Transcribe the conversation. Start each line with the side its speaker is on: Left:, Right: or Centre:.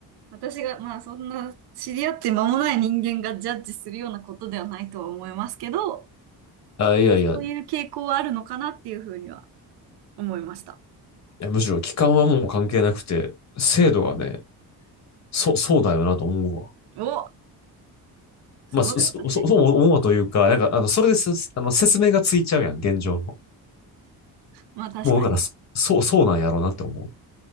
Right: 私が、まあそんな知り合って間もない人間がジャッジするようなことではないとは思いますけど、
Left: あ、いやいや、
Right: そういう傾向はあるのかなっていうふうには思いました。
Left: いや、むしろ期間はもう関係なくて、制度がね、そ、そうだよなと思うわ。
Right: お、すごい私。
Left: まあ、そ、そ、そう思うわというか、なんか、あの、それです、あの、説明がついちゃうやん、現状の。
Right: まあ確かに。
Left: もう、だから、そそう、そうなんやろうなって思